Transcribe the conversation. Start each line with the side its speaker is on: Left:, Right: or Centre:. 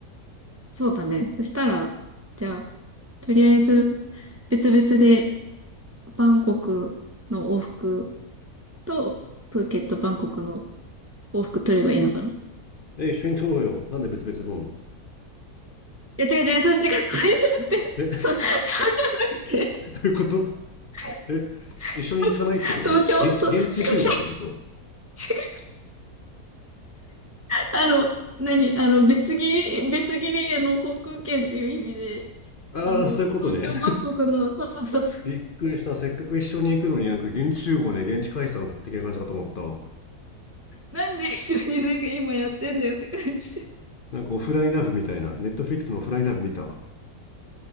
Right: そうだね。そしたら、じゃあ、とりあえず、別々で、バンコクの往復と、プーケット、バンコクの往復取ればいいのかな。い
Left: え一緒に撮ろうよなんで別々で撮んの
Right: や、違う違う、そう、違う、それじゃなくて、
Left: え <laughs> ど
Right: そ、<laughs> そうじゃなくて、
Left: ういうこと
Right: <laughs>
Left: え一緒に行かないってことげ現地集合ってこと
Right: すいません東京、と、違う違う違う、違う、あの、何、あの、別切り、別切り、あの、航空券っていう意味で、
Left: ああそういうことね
Right: あの、東京、バンコクの、そうそうそう、
Left: びっくりした。せっかく一緒に行くのになんか現地集合ね、現地解散的な感じかと思ったわ。
Right: なんで一緒になんか今やってんだよって感じ。
Left: なんかオフラインラブみたいな、ネットフリックスのオフラインラブ見た